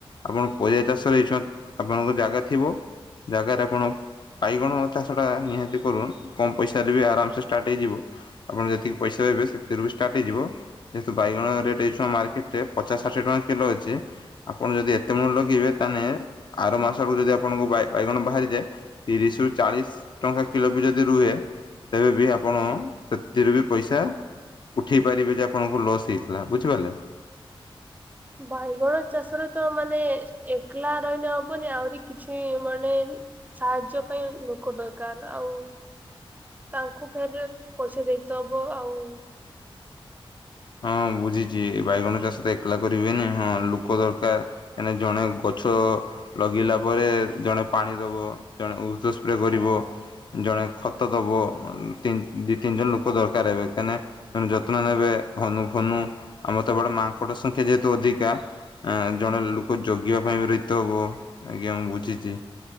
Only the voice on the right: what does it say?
ବାଇଗଣ ଚାଷରେ ତ ମାନେ ଏକଲା ରହିନ ହବନି ଆହୁରି କିଛି ମାନେ ସାହାଯ୍ୟ ପାଇଁ ଲୋକ ଦରକାର ଆଉ ତାଙ୍କୁ ଫେର ପଇସା ଦେଇଥବ ଆଉ